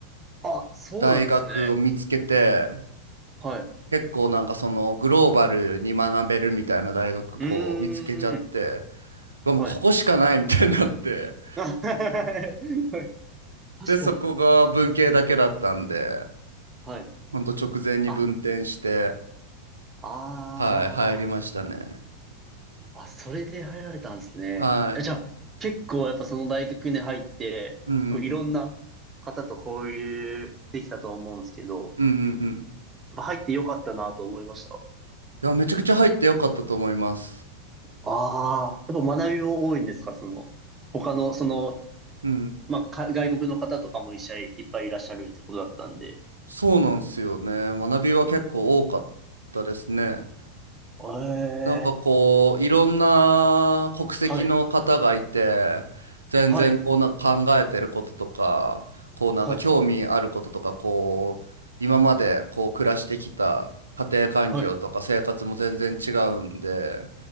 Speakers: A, on the right; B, on the right.
A: あ、そうなんですね。
B: 大学を見つけて、
A: はい。う
B: 結構なんかそのグローバルに学べるみたいな大学こう見つけちゃって
A: ーん、
B: うわもうここしかないみたいになって
A: はい。<laughs> はい確
B: でそこが文系だけだったんで
A: かに。はい。
B: ほんと直前に分転して
A: あ、ああ。
B: はい入りましたね
A: あ、それで入られたんですね。
B: は
A: え、じゃあ、結構やっぱその大学に入って、
B: いうん
A: こういろんな方と交流できたと思うんですけど、
B: うんうんうん
A: やっぱ入ってよかったなと思いました。
B: いやめちゃくちゃ入ってよかったと思います
A: ああ、やっぱ学びも多いんですか、その、他の、その、
B: うん
A: まあ、か外国の方とかも一緒にいっぱいいらっしゃるってことだったんで。
B: そうなんですよね学びは結構多かったですね
A: ええ、
B: なんかこう、いろんな国籍の方がいて、
A: はい、
B: 全然こうなんか考えてることとか、
A: はい、
B: こうなんか興味あることとか、
A: はい、
B: こう、今までこう暮らしてきた家庭環境とか生活も全然違うんで、
A: はい、